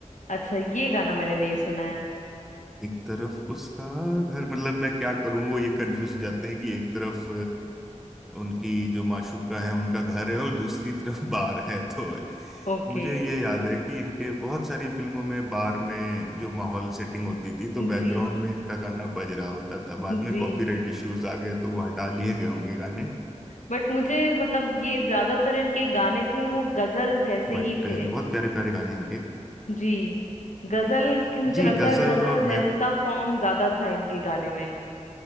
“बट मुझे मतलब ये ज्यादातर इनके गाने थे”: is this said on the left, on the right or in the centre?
Left